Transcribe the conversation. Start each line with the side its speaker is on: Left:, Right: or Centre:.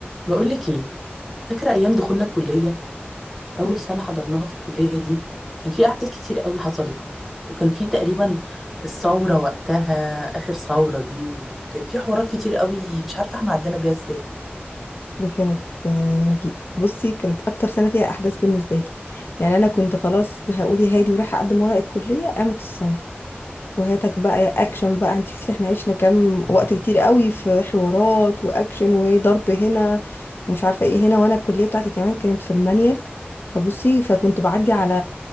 Centre: بقول لك ايه فاكره ايام دخولنا الكليه اول
Left: دي
Centre: سنه
Left: كانت
Centre: حضرناها في الكليه دي كان في احداث كتير قوي حصلت وكان في تقريبا الثوره وقتها اخر ثوره دي وكان في حوارات كتير قوي مش عارفه احنا عدينا بيها ازاي
Left: دي كانت، آه، دي- بصي كانت اكتر سنه فيها احداث بالنسبه لي يعني انا كنت خلاص هقول يا هادي ورايحه اقدم ورق الكليه قامت الثوره وهاتك بقى يا اكشن بقى انت شفتي احنا عشنا كام وقت كتير قوي في حوارات واكشن وضرب هنا ومش عارفه ايه هنا وانا الكليه بتاعتي كمان كانت في المانيال فبصي فكنت بعدي على